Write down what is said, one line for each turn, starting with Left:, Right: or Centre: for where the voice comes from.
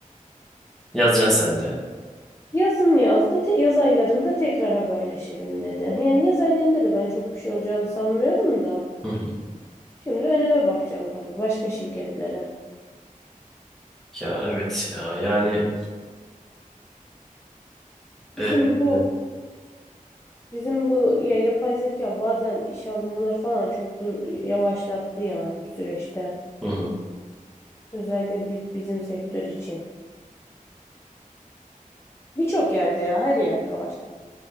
Centre: Yazacaksın sen de.
Left: Yazın yazdı. Te- yaz aylarında tekrar haberleşelim dedi. Yani yaz aylarında da ben çok bir şey olacağını sanmıyorum da.
Centre: Hı hı.
Left: Şimdi önüme bakacağım tabii başka şirketlere.
Centre: Ya evet ya yani e,
Left: Bizim
Centre: e,
Left: bu
Centre: hı
Left: Bizim bu ya yapay zeka bazen işe alımları falan çok dur yavaşlattı yani bu süreçte.
Centre: hı. hı.
Left: Özellikle bi- bizim sektör için. Birçok yerde ya her yerde var.